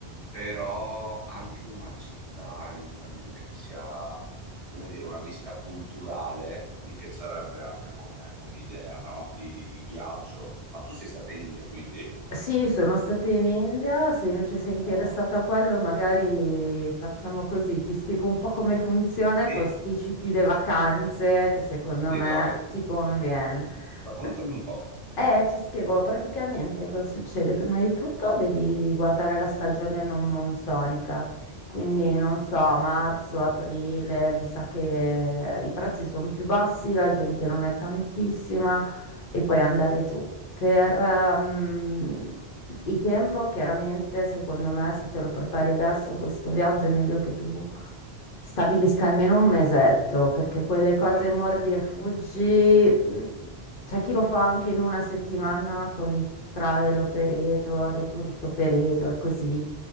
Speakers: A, on the right; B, on the left.
A: però anche una città eventualmente che sia, come dire, una visita culturale, mi piacerebbe anche come, come idea, no? Di, di- di viaggio. Ma tu sei stata in India, quindi?
B: Sì, sono stata in India, se invece sei interessato
A: No.
B: a quello magari facciamo così, ti spiego un po' come funziona e
A: Sì,
B: posticipi le vacanze che secondo
A: sì,
B: me
A: dai,
B: ti conviene.
A: raccontami
B: Prat-
A: un po'.
B: Eh, ti spiego praticamente cosa succede. Prima di tutto devi guardare la stagione non monsonica, quindi
A: Mhm.
B: non so, marzo, aprile, mi sa che i prezzi sono più bassi, la gente non è tantissima e poi andare giù. Per ehm, il tempo, chiaramente, secondo me, se te lo prepari adesso, questo viaggio è meglio che tu stabilisca almeno un mesetto, perché quelle cose
A: Ah,
B: mordi e fuggi, mh, c'è chi lo fa anche in una settimana con i travel operator, i tourist operator, così,